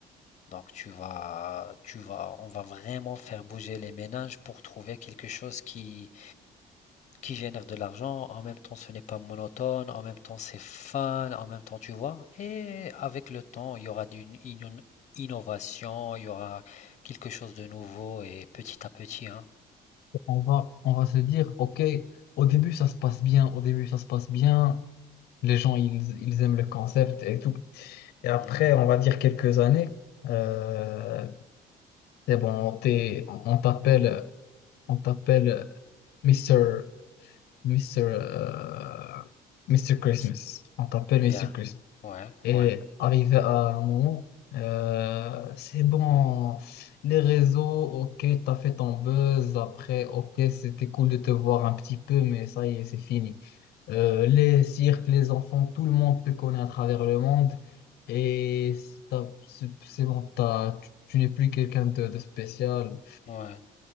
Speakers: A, on the left (about 45°); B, on the left (about 70°).
A: Donc, tu vas, tu vas, on va vraiment faire bouger les ménages pour trouver quelque chose qui qui génère de l'argent, en même temps ce n'est pas monotone, en même temps c'est fun, en même temps tu vois, et avec le temps il y aura d'une inno- innovation, il y aura quelque chose de nouveau et petit à petit, hein.
B: On va, on va se dire, OK, au début, ça se passe bien, au début, ça se passe bien, les gens, ils, ils aiment le concept et tout. Et après,
A: Ouais,
B: on va dire quelques années, euh, c'est bon, t'es- on on t'appelle, on t'appelle Mister Mister euh, Mr. Christmas.
A: c'est
B: On t'appelle
A: bien,
B: Mister Christmas.
A: ouais,
B: Et
A: ouais,
B: arrivé à un moment, euh, c'est bon, les réseaux, ok, t'as fait ton buzz, après, ok, c'était cool de te voir un petit peu, mais ça y est, c'est fini. Euh, les cirques, les enfants, tout le monde te connaît à travers le monde, et c'est t'as- c'est- c'est bon, t'as- tu, tu n'es plus quelqu'un de, de spécial.
A: ouais,